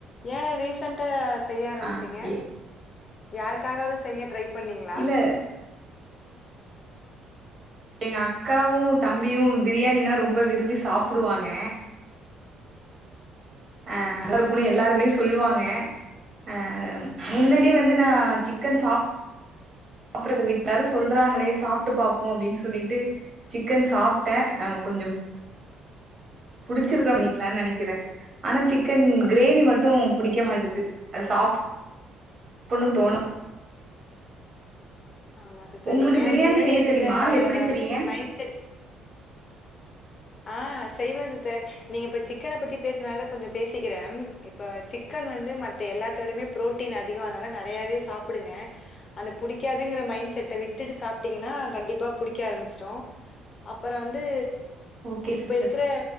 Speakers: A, on the left; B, on the right.
A: ஏ ரீஸ் சென்டா செய்ய ஆரம்பிச்சிங்க
B: ஆ இ
A: யாருக்காகவ்து செய்ய ட்ரை பண்ணீங்ளா
B: இல்ல எங்க அக் காவூ தம்பியூ பிரியாணினா ரொம்ப விரும்பி சாப்டுவாங்க ஆ அ எல்லாக் குனியன் எல்லாருமே சொல்லுவாங்க அ முன்னாடி வந்து நா சிக்கன் சாப்றத விட்டே எல்லாரு சொல்றாங்களே சாப்ட்டு பாப்போ அப்டின் சொல்லிட்டு சிக்கன் சாப்ட்ட அ கொஞ்சோ புடுச்சிருக்லா நீக்லான் நெனைக்கிறே ஆனா சிக்கன் க்ரேவி மட் ட்டூ புடிக்க மாட்டுது
A: ஆமா
B: அத் சாப் ப்புண்ணு தோணு
A: ஆமா சிஸ்டர்
B: உங்களுக்கு
A: நீங்க
B: பிரியாணி
A: முன்னாடி
B: செய்ய
A: இருந்த
B: தெரியுமா எப்டி செய்வீங்க
A: மெ மைண்ட் செட் ஆ செய்வே சிஸ்டர் நீங்க இப்ப சிக்கன பத்தி பேஸ்னால கொஞ்ச பேசிக்கிற இப்ப சிக்கன் வந்து மத்த எல்லாத்தோடைமே புரோட்டீன் அதிகோ அதால நெறையாவே சாப்புடுங்க அந்த புடிக்காதுங்குற மைண்ட் செட்ட விட்டுட்டு சாப்ட்டீங்கன்னா கண்டிப்பா புடிக்க ஆரம்பிச்சிரு அப்பற வந்து
B: ஓகே
A: இப்ப
B: சிஸ்டர்
A: இருக்குற